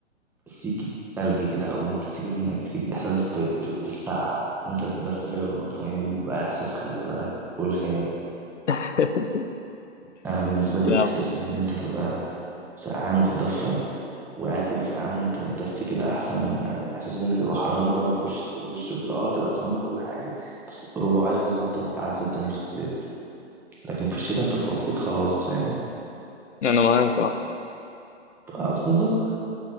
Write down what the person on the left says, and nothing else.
<laughs>
انا
انا معاك اه